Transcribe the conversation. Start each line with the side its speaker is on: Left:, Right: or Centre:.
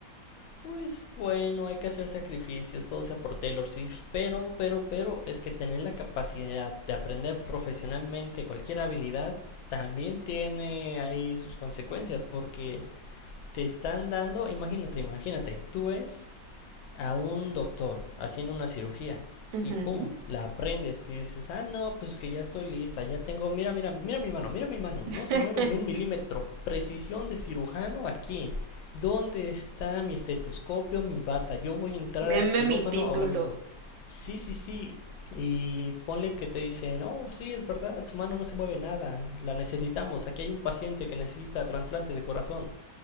Left: Pues bueno, hay que hacer sacrificios, todo sea por Taylor Swift, pero, pero, pero es que tener la capacidad de aprender profesionalmente cualquier habilidad también tiene ahí sus consecuencias porque te están dando, imagínate, imagínate, tú ves a un doctor haciendo una cirugía
Right: Ujú.
Left: y pum, la aprendes y dices, ah, no, pues que ya estoy lista, ya tengo, mira, mira, mira mi mano, mira mi mano,
Right: <laughs>
Left: no se mueve ni un milímetro, precisión de cirujano aquí, ¿dónde está mi estetoscopio, mi bata? Yo voy a entrar
Right: Denme
Left: a quirófano
Right: mi título.
Left: ahora mismo. Sí, sí, sí, y ponle que te dicen, oh, sí, es verdad, su mano no se mueve nada, la necesitamos, aquí hay un paciente que necesita trasplante de corazón.